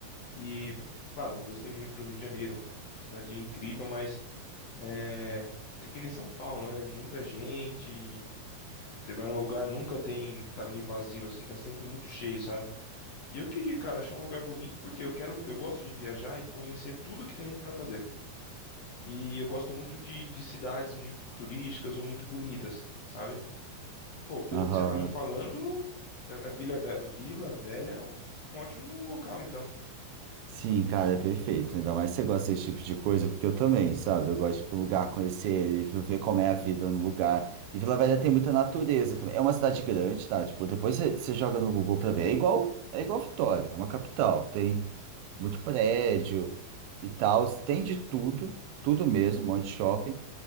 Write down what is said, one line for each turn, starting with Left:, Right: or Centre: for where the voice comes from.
Left: e, claro, eu gostei muito do Rio de Janeiro, uma cidade incrível, mas É, é que nem São Paulo, né? Muita gente. Você vai num lugar, nunca tem. Tá meio vazio, assim, tá sempre muito cheio, sabe? E eu queria, cara, achar um lugar bonito, porque eu quero. Eu gosto de viajar e conhecer tudo que tem pra fazer. E eu gosto muito de, de cidades muito turísticas ou muito bonitas, sabe? E, pô, pelo
Right: Aham.
Left: que você tá me falando, a a Vila, Ve- Vila Velha é um, um ótimo local, então.
Right: Sim, cara, é perfeito. Ainda mais se você gosta desse tipo de coisa, porque eu também, sabe? Eu gosto de ir pro lugar, conhecer ele, ver como é a vida no lugar. E Vila Velha tem muita natureza também. É uma cidade grande, tá? Tipo, depois você, você joga no Google pra ver. É igual, é igual Vitória, é uma capital. Tem muito prédio e tal. Tem de tudo, tudo mesmo, um monte de shopping.